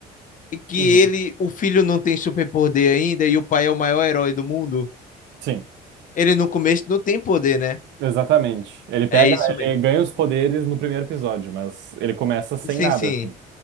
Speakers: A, on the left; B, on the right.
A: e que
B: uhum.
A: ele, o filho não tem superpoder ainda e o pai é o maior herói do mundo.
B: Sim,
A: Ele no começo não tem poder, né?
B: exatamente. Ele pega,
A: É isso mesmo.
B: ele ganha os poderes no primeiro episódio, mas ele começa sem
A: Sim,
B: nada,
A: sim.
B: assim.